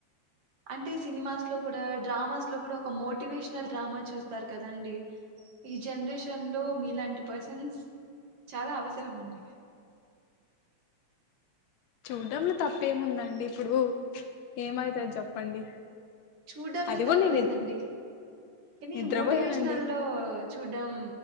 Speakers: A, on the right; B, on the left.
A: అంటే సినిమాస్ లో కూడా డ్రామాస్లో కూడా ఒక మోటివేషనల్ డ్రామా చూస్తారు కదండి ఈ జనరేషన్ లో మీలాంటి పర్సన్స్ చాలా అవసరం అంయి
B: చూడ్డంలో తప్పేముందండి ఇప్పుడు ఏమైత చెప్పండి
A: చూడడంలో
B: అది
A: తప్పులేదండి
B: కూడా నేను నిద్
A: కానీ
B: నిద్రపోయానండి
A: మోటివేషన లో చూడ్డం